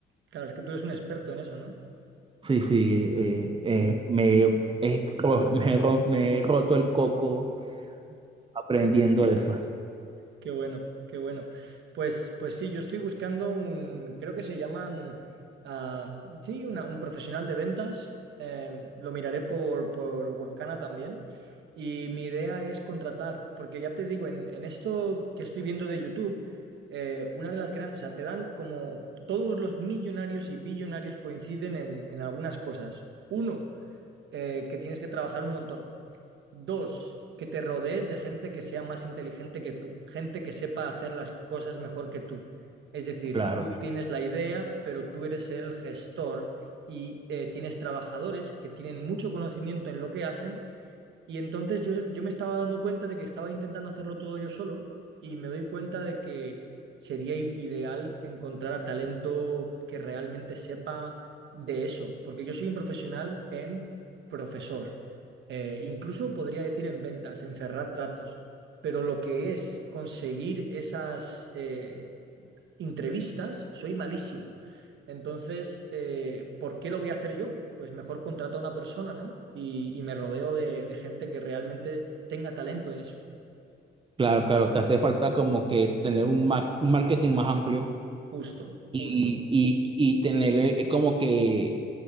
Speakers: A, on the right; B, on the right.
A: claro, es que tú eres un experto en eso, ¿no?
B: Sí, sí, eh,
A: Mm.
B: eh, me, he ro- <laughs> me he ro- me he roto el coco aprendiendo eso.
A: Qué bueno, qué bueno. Pues, pues sí, yo estoy buscando un, creo que se llaman, ah, sí, una- un profesional de ventas. Eh, lo miraré por, por Workana también. Y mi idea es contratar, porque ya te digo, en, en esto que estoy viendo de YouTube, eh, una de las grandes, o sea, te dan como todos los millonarios y billonarios coinciden en, en algunas cosas. Uno, eh, que tienes que trabajar un montón. Dos, que te rodees de gente que sea más inteligente que tú, gente que sepa hacer las cosas mejor que tú. Es decir,
B: Claro,
A: tú tienes la idea, pero tú eres el gestor y eh, tienes trabajadores que tienen mucho conocimiento en lo que hacen, y entonces yo, yo me estaba dando cuenta de que estaba intentando hacerlo todo yo solo y me doy cuenta de que sería i- ideal encontrar a talento que realmente sepa de eso, porque yo soy un profesional en profesor, eh, incluso podría decir en ventas, en cerrar tratos, pero lo que es conseguir esas eh, entrevistas, soy malísimo. Entonces, eh, ¿por qué lo voy a hacer yo? Pues mejor contrato a una persona, ¿no? Y, y me rodeo de, de gente que realmente tenga talento en eso.
B: claro, claro. Te hace falta como que tener un, ma- un marketing más amplio
A: Justo, justo.
B: y, y, y tener eh, como que